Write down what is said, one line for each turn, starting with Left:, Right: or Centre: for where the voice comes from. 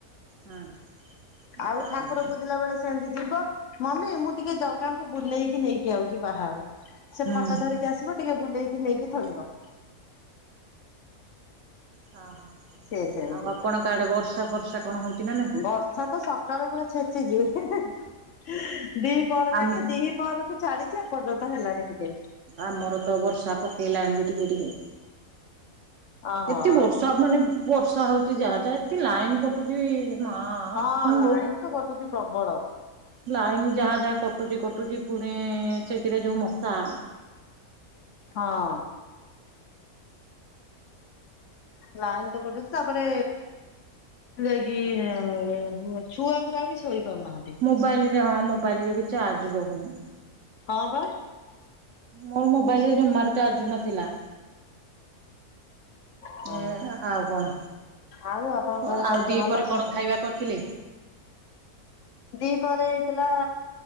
Right: ହୁଁ
Left: ଆଉ
Right: ତାପରେ
Left: ଠାକୁର ପୂଜିଲା ବେଳେ ସେମିତି ଯିବ ମମି ମୁଁ ଟିକେ ଜଗାଙ୍କୁ ବୁଲେଇକି ନେଇକି ଆଉଚି ବାହାରୁ ସେ
Right: ହୁଁ
Left: ଫଟୋ ଧରି ଟିକେ ଆସିବ ଟିକେ ବୁଲେଇକି ନେଇକି ଥୋଇବ।
Right: ହଁ ହଁ
Left: ସେ ସେମିତି
Right: ଆଉ ଆପଣଙ୍କ ଆଡ଼େ ବର୍ଷା ଫର୍ଷା କଣ ହଉଚିନା ନାଇଁ? ନା
Left: ବର୍ଷାତ ସକାଳୁ ପୁରା ଛେଚିଚି ହିଁ ହିଁ ଦିହିପହର
Right: ଆମ
Left: ଯାକେ ଦିହି ପହରଠୁ ଛାଡ଼ିଚି ଏପର୍ଯ୍ୟନ୍ତ ହେଲାଣି ଟିକେ
Right: ଆମରତ ବର୍ଷା ପକେଇ ଲାଣିବି ଟିକେ ଟିକେ।
Left: ଓହୋ
Right: ଏତେ ବର୍ଷା ମାନେ ବର୍ଷା ହଉଚି ଯାହା ଯାହା ଏତେ ଲାଇନ୍ କଟୁଚିବି ମା
Left: ହଁ
Right: ପୁଣି
Left: ଲାଇନ୍ ତ କଟୁଚି ପ୍ରବଳ।
Right: ଲାଇନ୍ ଯାହା ଯାହା କଟୁଚି କଟୁଚି ପୁଣି ସେଥିରେ ଯୋଉ ମଶା
Left: ହଁ। ଲାଇନ୍ ତ କାଟୁଚି ତାପରେ ଯାଇକି
Right: ହଁ
Left: ମୁଁ ଛୁଆ ଗୁରାବି ଶୋଇପାରୁ ନାହାନ୍ତି।
Right: ମୋବାଇଲରେ ହଁ ମୋବାଇଲରେବି ଚାର୍ଜ ରହୁନି।
Left: ହଁ ପା।
Right: ମୋ ମୋବାଇଲରେ ଜମାରୁ ଚାର୍ଜ ନଥିଲା
Left: ହଁ
Right: ଏଁ ଆଉ କଣ
Left: ଆଉ ଆପଣଙ୍କ
Right: ଆଉ
Left: ଘରେ ସମସ୍ତେ
Right: ଦିହିପରେ
Left: ଭଲ
Right: କଣ
Left: ଅଛନ୍ତି?
Right: ଖାଇବା କରିଥିଲେ?
Left: ଦିହିପରେ ହେଇଥିଲା